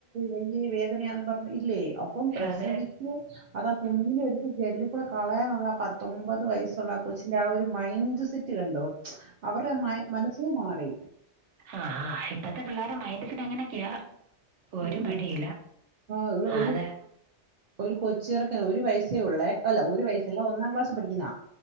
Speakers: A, on the right (about 55°); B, on the right (about 80°).
A: അയ്യേ വേദനയാന്ന് പറഞ്ഞു ഇല്ലേ അപ്പം പ്രസവിക്
B: അത്
A: അതാ കുഞ്ഞിന എടുത്ത് ജെല്ലിക്കൂടെ കളയാനുള്ള പത്തൊമ്പത് വയസ്സുള്ള ആ കൊച്ചിന്റെ ആ ഒരു മൈൻഡ് സെറ്റ് കണ്ടോ അവരുടെ മ മനസ്സെ മാറി
B: ആഹ് ആ ഇപ്പോഴത്തെ പിള്ളേരു മൈൻഡ സെറ്റ് എങ്ങനൊക്കെയാ ഒരു
A: ഉം.
B: മടിയില്ല
A: ആ, ഒരു ഒരു
B: അതെ
A: ഒരു കൊച്ചിറക്കന് ഒരു വയസ്സ ഒള്ളെ അല്ല ഒരു വയസല്ല ഒന്നാം ക്ലാസ് പഠിക്കുന്ന